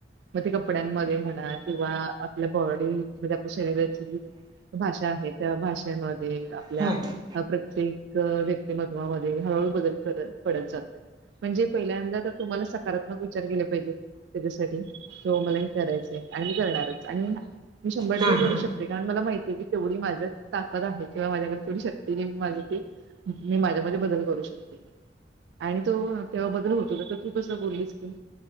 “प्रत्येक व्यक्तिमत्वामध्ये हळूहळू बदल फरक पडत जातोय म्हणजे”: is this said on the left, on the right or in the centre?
Right